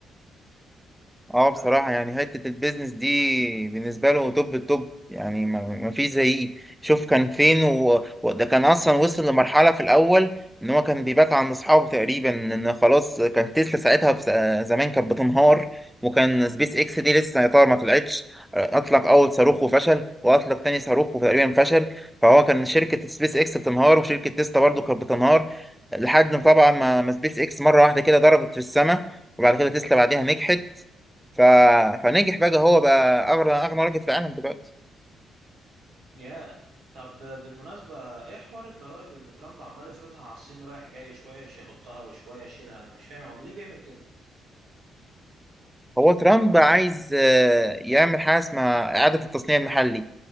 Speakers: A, in the centre; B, on the right.
A: اه بصراحة
B: طب
A: يعني حتة البيزنس دي بالنسبة له توب التوب يعني ما ما فيش زيه شوف كان فين و... وده كان أصلا وصل لمرحلة في الأول إن هو كان بيبات عند أصحابه تقريبا إن خلاص كان تسلا ساعتها بس... زمان كانت بتنهار وكان سبيس إكس دي لسه يا ترى ما طلعتش أطلق أول صاروخ وفشل وأطلق تاني صاروخ وتقريبا فشل فهو كان شركة سبيس إكس بتنهار وشركة تسلا برضه كانت بتنهار لحد ما طبعا ما ما سبيس إكس مرة واحدة كده ضربت في السماء وبعد كده تسلا بعديها نجحت ف... فنجح بقى هو بقى اغنى اغنى راجل في العالم دلوقتي
B: ياه طب بالمناسبة ايه حوار الضرائب اللي ترامب عمال يفرضها على الصين رايح جاي شوية يحطها وشوية يشيلها انا مش فاهم هو ليه بيعمل كده
A: هو ترامب عايز آه، يعمل حاجه اسمها اعاده التصنيع المحلي